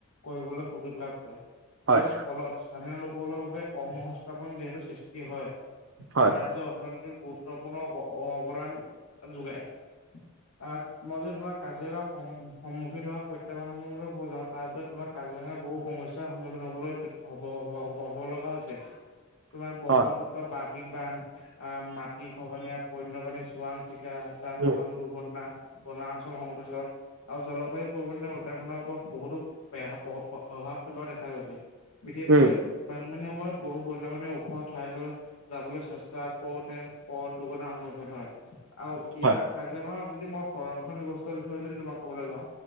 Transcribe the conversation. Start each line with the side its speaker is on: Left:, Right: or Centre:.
Left: কৰিবলৈ সুযোগ লাভ হয়,
Right: হয়
Left: ইয়াৰ ফলত স্থানীয় লোকসকলৰ বাবে কৰ্ম সংস্থাপন যিহেতু সৃষ্টি হয়,
Right: হয়
Left: আৰু ৰাজ্যৰ অৰ্থনী গুৰুত্বপূৰ্ণ অ, অৱদান যোগায়।
Right: <unintelligible>
Left: আহ, মই যদি তোমাৰ কাজিয়ঙা সম সন্মুখীন হোৱা প্ৰত্যাহ্বানসমূহ কব যাওঁ তাৰ ভিতৰত তোমাক কাজিৰঙাৰ বহু সমস্যাৰ সন্মুখীন হবলৈ হব, হব, হব, লগা হৈছে।
Right: <inaudible>
Left: তোমাৰ ব্ৰহ্মপুত্ৰ
Right: হয়
Left: বাৰ্ষিক বান, আহ মাটি খহনীয়া পণ্য। <unintelligible> চোৱাং চিকা যান
Right: উম
Left: বাহন দুৰ্ঘটনা, বনা অঞ্চল সংকোচন। আৰু জলবায়ু পৰিৱণ উদ্যাহৰনৰ ওপৰত বহুতো <unintelligible> প্ৰভাৱ পেলোৱা দেখা গৈছে, বিশেষকৈ
Right: উম
Left: বানপানীৰ সময়ত বহুত <unintelligible> ওখ ঠাই লৈ। যাবলৈ চেষ্টা কৰোতে, প দুৰ্ঘনাৰ সন্মুখীন হয়, আৰু ইয়াৰ
Right: হয়
Left: কাৰ <unintelligible> যদি মই সংৰক্ষণ ব্যৱস্থাৰ বিষয়ে যদি তোমাক কবলৈ যাওঁ,